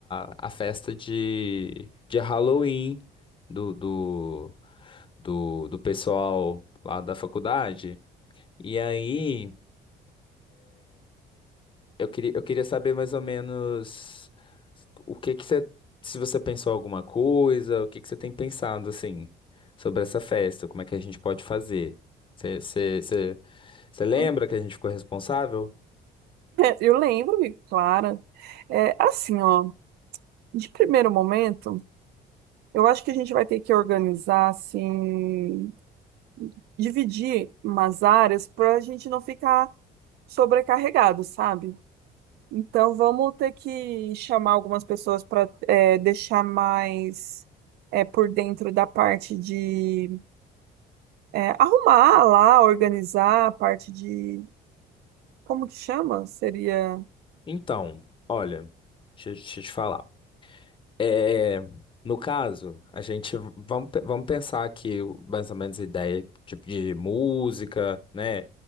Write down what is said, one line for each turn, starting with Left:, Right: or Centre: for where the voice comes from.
Left: a, a festa de, de Halloween do, do, do, do pessoal lá da faculdade. E aí. Eu queria, eu queria saber mais ou menos o que que você, se você pensou alguma coisa, o que que você tem pensado assim sobre essa festa, como é que a gente pode fazer? Você, você, você, você lembra
Right: <laughs>
Left: que a gente ficou responsável?
Right: Eu lembro, amiga, Clara. É, assim, ó, de primeiro momento, eu acho que a gente vai ter que organizar, assim, dividir umas áreas para a gente não ficar sobrecarregado, sabe? Então vamos ter que chamar algumas pessoas para deixar mais é, por dentro da parte de é, arrumar lá, organizar a parte de como que chama? Seria
Left: Então, olha, deixa, eu- deixa eu te falar. É, no caso, a gente vamos, pe- vamos pensar aqui o- mais ou menos ideia tipo de música, né?